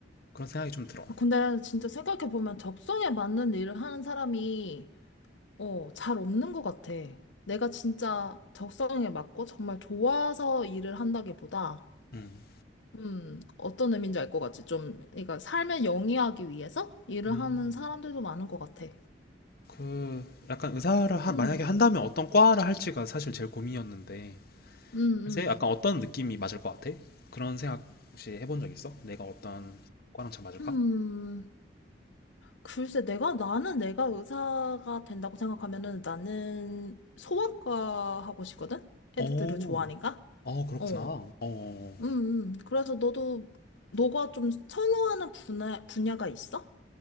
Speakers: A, on the left (about 55°); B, on the left (about 80°).
A: 그런 생각이 좀 들어.
B: 아, 근데 진짜 생각해보면 적성에 맞는 일을 하는 사람이 어, 잘 없는 것 같아. 내가 진짜 적성에 맞고 정말 좋아서 일을 한다기보다,
A: 음.
B: 음, 어떤 의미인지 알 것 같지? 좀, 그러니까 삶을 영위하기 위해서 일을
A: 음.
B: 하는 사람들도 많은 것 같아.
A: 그 약간 의사를 한,
B: 음,
A: 만약에 한다면 어떤 과를 할지가 사실 제일 고민이었는데
B: 음, 음.
A: 글쎄 약간 어떤 느낌이 맞을 것 같아? 그런 생각 혹시 해본 적 있어? 내가 어떤 과랑 잘 맞을까?
B: 음, 글쎄, 내가, 나는 내가 의사가 된다고 생각하면은 나는 소아과 하고 싶거든?
A: 오,
B: 애들을 좋아하니까?
A: 어 그렇구나.
B: 어,
A: 어
B: 음, 음. 그래서 너도, 너가 좀 선호하는 분야, 분야가 있어?